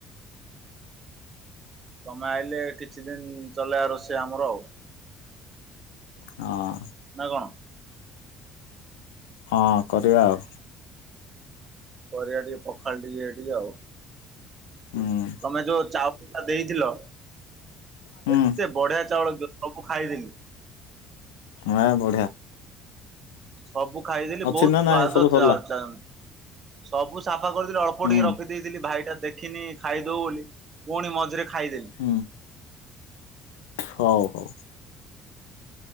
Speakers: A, on the right (about 40°); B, on the left (about 75°).
A: ତମେ ଆଇଲେ କିଛି ଦିନ ଚଲେଇଆ ରୋଷେଇ ଆମର ଆଉ
B: ହଁ
A: ନା କଣ?
B: ହଁ କରିବା ଆଉ
A: କରିବା ଟିକେ ପଖାଳ ଟିକେ ଏଇ ଟିକେ ଆଉ
B: ହୁଁ
A: ତମେ ଯୋ ଚାଓ ଳ ଦେଇଥିଲ
B: ହୁଁ
A: ଏତେ ବଢିଆ ଚାଉଳ ସବୁ ଖାଇଦେଲିି
B: ନା ବଢିଆ
A: ସବୁ ଖାଇଦେଲି
B: ଅଛି
A: ବହୁତ
B: ନା
A: ସ୍ୱାଦ
B: ନାଇଁ ସବୁ
A: ଥିଲା
B: ସରିଲା
A: ଅ- ଚା ସବୁ ସାଫ୍ କରିଦେଲି ଅଳ୍ପ
B: ହୁଁ
A: ଟିକେ ରଖିଦେଇଥିଲି ଭାଇଟା ଦେଖିନି ଖାଇଦଉ ବୋଲି ପୁଣି ମଝିରେ ଖାଇଦେଲି
B: ହୁଁ ହଉ ହଉ